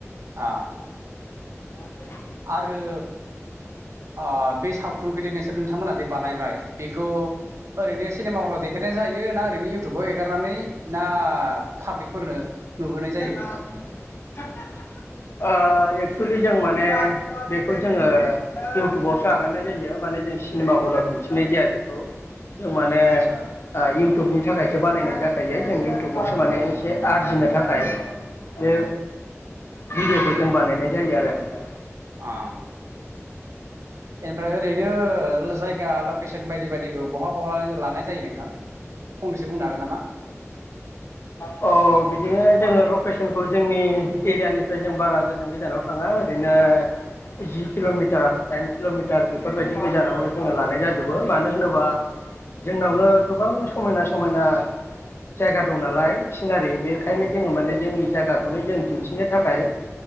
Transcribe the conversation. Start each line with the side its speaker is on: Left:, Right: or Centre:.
Right: आ
Left: <unintelligible>
Right: आरो आ बे सावथुनखौदि नोंसोर नोंथांमोना दि बानायबाय बेखौ ओरै सिनेमा हलाव दे खायनाय जायो ना ओरैनो इउ टुबाव एगारनानै ना पाब्लिकफोरनो
Left: <unintelligible>
Right: नुहोनाय जायो
Left: आ एक्सुवेलि जों माने बेखौ जोङो इउटुबावसो आगारनाय जायो माने जों सिनेमा हलाव दिन्थिनाय जाया बेखौ माने
Right: आदसा
Left: इउ इउटुबनि थाखायसो बानायनाय जाखायो जों इउटुब बावसो मानेसे
Right: औ
Left: आरजिनो थाखाय बे भिडिवखौ जों बानायनाय जायो आरो नोंथां
Right: अ एनिफ्राय ओरैनो जायगा लकेसन बायदि बायदिखौ बहा बहा लानाय जायो नोंथां? फंनैसो बुंनो हागोन नामा
Left: औ बि बेयो जोङो लकेसनखौ जोंनि एरियानिफ्राय जों बारा गोजान गोजानाव थाङा ओरैनो जि किलमिटार दाइन किलमिटार बेफोरबायदि गोजानावनो जोङो लानाय जाजोबो मानो होनोबा जोंनावनो गोबां समायना समायना जायगा दं नालाय सिनारि बेखायनो
Right: औ
Left: जोंङो माने जोंनि जागाखौनो जों दिन्थिनो थाखाय